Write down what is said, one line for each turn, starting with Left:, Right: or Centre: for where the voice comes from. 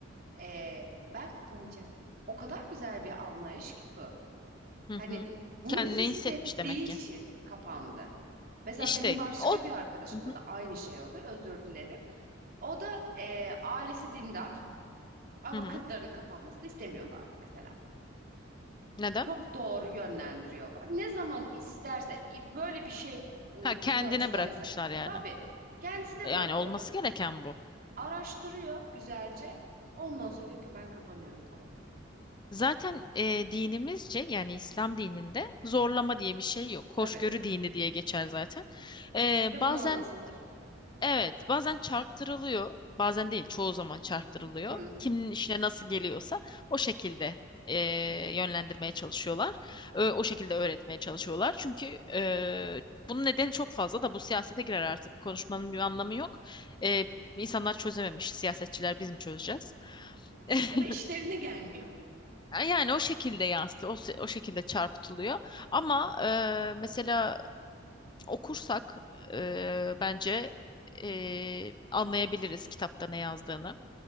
Right: "Ee, ben kapanacağım. O kadar güzel bir anlayış ki bu.
Left: hı
Right: Hani
Left: hı.
Right: bunu
Left: Kendini
Right: hissettiği
Left: hissetmiş demek ki.
Right: için kapandı. Mesela
Left: İşte
Right: benim başka
Left: o
Right: bir arkadaşımda
Left: Hı hı.
Right: da aynı şey oldu. Özür dilerim. O da e, ailesi dindar ama
Left: Hı hı.
Right: kızlarının kapanmasını istemiyorlardı mesela.
Left: Neden?
Right: Çok doğru yönlendiriyorlar. Ne zaman isterse i- böyle bir şey bu
Left: Ha, kendine
Right: dini açıdan
Left: bırakmışlar
Right: izle.
Left: yani.
Right: Tabii kendisine
Left: Yani
Right: bırakıyorlar.
Left: olması gereken bu.
Right: Araştırıyor güzelce. Ondan sonra diyor ki ben kapanıyorum tamam.
Left: Zaten e, dinimizce yani İslam dininde zorlama diye bir şey yok.
Right: Tabii.
Left: Hoşgörü dini diye geçer zaten. E,
Right: Bir de
Left: bazen
Right: bunu anlasalar.
Left: Evet, bazen çarptırılıyor, bazen değil, çoğu zaman çarptırılıyor.
Right: Hı.
Left: Kimin işine nasıl geliyorsa o şekilde eee, yönlendirmeye çalışıyorlar. Ö- o şekilde öğretmeye çalışıyorlar. Çünkü eee, bunun nedeni çok fazla da bu siyasete girer artık. Konuşmanın bir anlamı yok. Eee insanlar çözememiş, siyasetçiler biz mi çözeceğiz? <laughs>
Right: Ya da işlerine gelmiyor.
Left: Yani o şekilde yansıtı, o, se- o şekilde çarpıtılıyor. Ama eee, mesela okursak e, bence e, anlayabiliriz kitapta ne yazdığını.